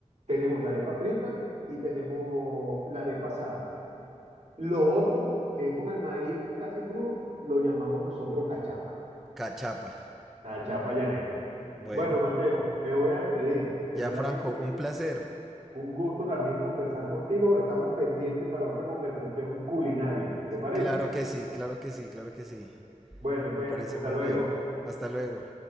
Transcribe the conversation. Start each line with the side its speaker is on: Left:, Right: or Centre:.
Right: tenemos la arepa frita y tenemos la arepa asada. Lo otro, que es con el maíz casi crudo, lo llamamos nosotros cachapa,
Centre: Cachapa.
Right: la chapa llanera.
Centre: Bueno,
Right: Bueno, Mateo, me voy a despedir. De verdad
Centre: Franco,
Right: que fue
Centre: un placer.
Right: un gusto también conversar contigo. Estamos pendientes para otra conversación culinaria. ¿Te parece?
Centre: Claro que sí, claro que sí, claro que sí.
Right: Bueno,
Centre: Me
Right: pues
Centre: parece
Right: hasta
Centre: muy
Right: luego.
Centre: bien. Hasta luego.